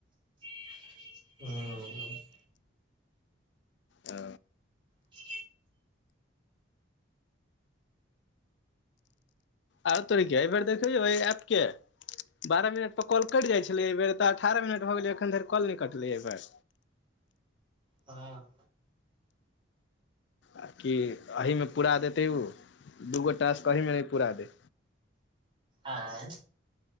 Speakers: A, on the right (about 25°); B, on the left (about 65°).
A: हं
B: आ
A: ठ
B: आर तोर क एहि बेर देखै छौ आपके बारह मिनटप कल कटिइत छलै एहि बेर तऽ अठारह मिनट भऽ गेलै एखन धरि कॉल नहि कटलै एहिेर
A: हँ
B: आ कि एहिहीमे पूरा देतै ओ दूगो टास्क अीमे नहि पूरा दे
A: आँ